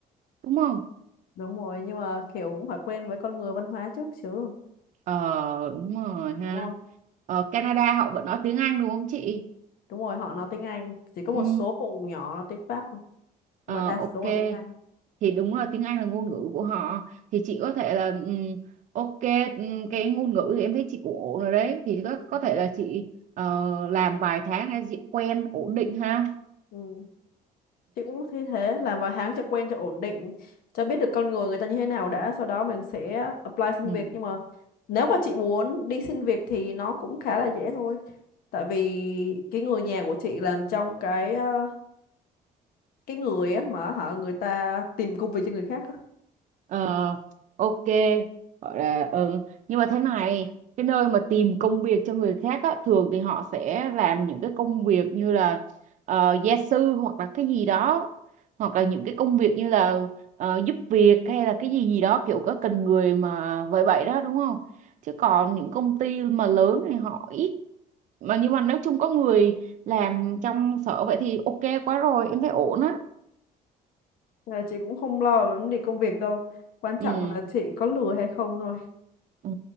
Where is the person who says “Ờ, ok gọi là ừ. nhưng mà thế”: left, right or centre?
Right